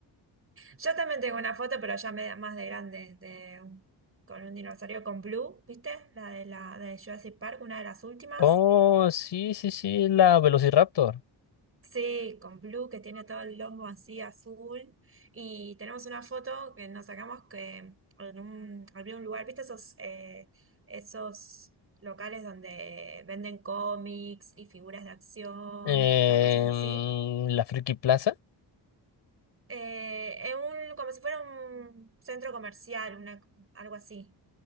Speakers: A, on the right; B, on the left.
A: Yo también tengo una foto, pero ya me da más de grande, de, con un dinosaurio con Blue, ¿viste? La de la de Jurassic Park, una de las últimas.
B: Oh, sí, sí, sí, la Velociraptor.
A: Sí, con Blue que tiene todo el lomo así azul. Y tenemos una foto que nos sacamos que en un, había un lugar, ¿viste esos, eh, esos locales donde venden cómics y figuras de acción
B: Em,
A: y todas cosas así?
B: la Friki Plaza.
A: Eh, en un, como si fuera un centro comercial, una, algo así,